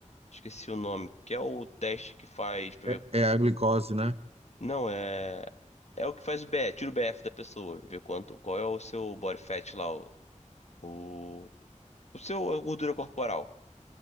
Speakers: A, on the left (about 60°); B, on the right (about 50°).
A: Esqueci o nome, que é o teste que faz pra
B: É,
A: ver.
B: é a glicose, né?
A: Não, é. É o que faz o BF, tira o BF da pessoa, ver quanto, qual é o seu body fat lá, o, o seu a gordura corporal.